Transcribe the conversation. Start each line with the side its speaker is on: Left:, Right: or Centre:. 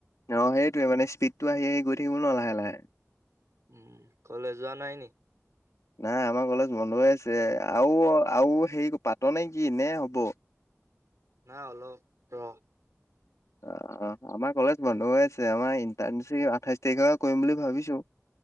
Left: অ সেইটোৱে মানে স্পীডতটো আহি আহি গৈ থাকিব ন লাহে লাহে।
Right: উম কলে যোৱা নাই নি?
Left: নাই আমাৰ কলেজ বন্ধ হৈ আছে আৰু আৰু হেৰি পাত নে কি নে হ'ব?
Right: নাই অলপ ৰ
Left: অ অ আমাৰ কলেজ বন্ধ হৈ আছে, আমাৰ ইণ্টাৰ্ণশ্বিপ আঠাইশ তাৰিখৰ পৰা কৰিম বুলি ভাবিছো।